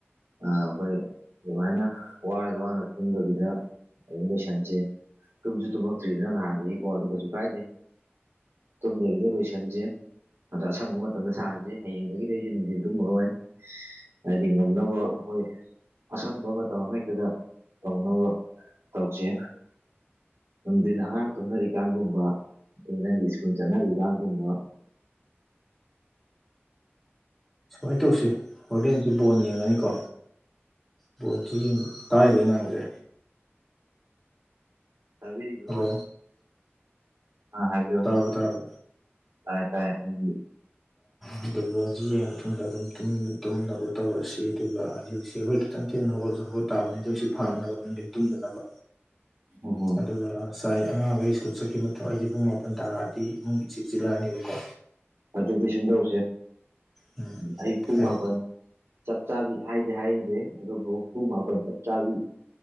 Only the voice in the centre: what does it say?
ꯁꯨꯃꯥꯏꯅ ꯇꯧꯁꯤ ꯍꯣꯔꯦꯟꯁꯦ ꯕꯣꯟ ꯌꯦꯡꯉꯅꯤꯀꯣ ꯕꯣꯣꯟꯁꯨ ꯌꯦꯕ ꯀꯥꯛꯏꯕ ꯑꯩ ꯉꯥꯡꯁꯦ
ꯍꯜꯂꯣ
ꯇꯥꯔꯕꯣ ꯇꯥꯔꯕꯣ
ꯑꯗꯨꯕꯨ ꯍꯧꯖꯤ ꯌꯦꯡꯉ ꯃꯇꯨꯡꯗ ꯑꯗꯨꯝ ꯇꯨꯝꯅꯕ ꯇꯧꯔꯁꯤ ꯑꯗꯨꯒ ꯍꯧꯖꯤ ꯍꯧꯖꯤ ꯑꯩꯈꯣꯏ ꯈꯤꯇꯪꯊꯦꯡꯅꯒ ꯒꯜ ꯇꯥꯕꯅꯤ ꯑꯗꯨ ꯍꯧ ꯁꯤ ꯐꯥꯅꯅꯕ ꯅꯨꯡꯊꯤꯟ ꯇꯨꯝꯗꯅꯕ
ꯑꯗꯨꯒ ꯆꯥꯏ ꯑꯉꯥꯡꯈꯩ ꯁ꯭ꯀꯨꯜ ꯆꯠꯈꯤꯕ ꯃꯇꯨꯡ ꯑꯩꯁꯦ ꯄꯨꯡ ꯃꯥꯄꯟ ꯇꯥꯔꯛꯑꯗꯤ ꯏꯃꯨꯡꯒꯤ ꯏꯆꯛ ꯆꯤꯜꯂꯛꯑꯅꯦꯕꯀꯣ
ꯎꯝ
ꯍꯥꯏꯌꯨ